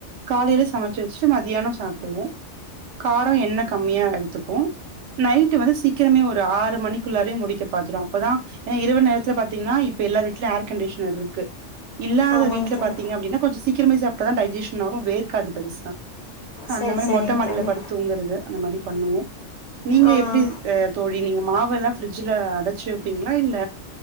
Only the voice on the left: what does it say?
ஆமாங்க
தோழி
சரி
சரிங்க
தோழி
ஆ